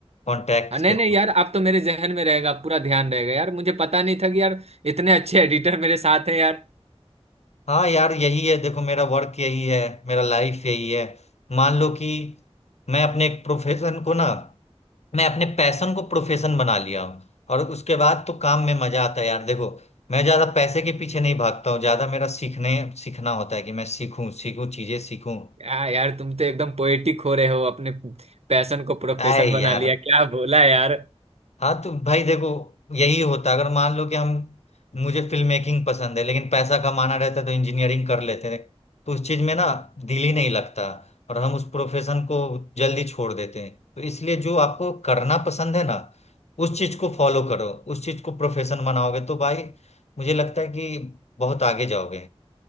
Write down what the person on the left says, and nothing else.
कॉन्टैक्ट्स
के
थ्रू
हाँ यार यही है देखो मेरा वर्क यही है मेरा लाइफ यही है मान लो कि मैं अपने एक प्रोफेशन को ना मैं अपने पैशन को प्रोफेशन बना लिया हूँ और उसके बाद तो काम में मजा आता है यार देखो मैं ज्यादा पैसे के पीछे नहीं भागता हूँ ज्यादा मेरा सीखने सीखना होता है कि मैं सीखूं सीखूं चीजें सीखूं
आए
यार
हाँ तो भाई देखो यही होता अगर मान लो कि हम मुझे फिल्म मेकिंग पसंद है लेकिन पैसा कमाना रहता तो इंजीनियरिंग कर लेते हैं तो उस चीज में ना दिल ही नहीं लगता और हम उस प्रोफेशन को जल्दी छोड़ देते हैं तो इसलिए जो आपको करना पसंद है ना उस चीज को फॉलो करो उस चीज को प्रोफेशन बनाओगे तो भाई मुझे लगता है कि बहुत आगे जाओगे